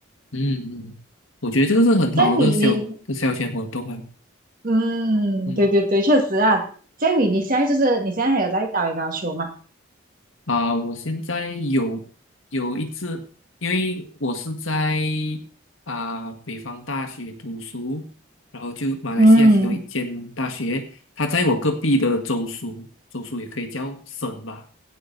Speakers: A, on the left; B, on the right.
A: 嗯嗯，嗯我觉得这个是很好的一个消一个消遣活动啊。
B: 这样你你嗯，
A: 嗯。
B: 对对对，确实啊。这样你你现在就是你现在还有在打羽毛球吗？
A: 啊，我现在有有一次，因为我是在啊北方大学读书，然后就马来西亚其中一间大学，
B: 嗯
A: 它在我隔壁的州属，州属也可以叫省吧，